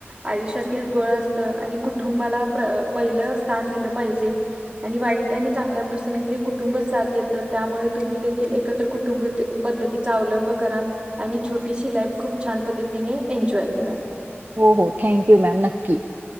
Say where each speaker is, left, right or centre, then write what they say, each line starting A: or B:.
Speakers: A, on the right; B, on the right.
A: आयुष्यातील बळ असत आणि कुटुंबाला पहिलं स्थान दिलं पाहिजे आणि वाईट आणि चांगल्या प्रसंगी हे कुटुंब साथ देतं त्यामुळे तुम्ही देखील एकत्र कुटुंब कुटुंब पद्धतीचा अवलंब करा आणि छोटीशी लाईफ खूप छान पद्धतीने एन्जॉय करा
B: हो हो थँक्यू मॅम नक्की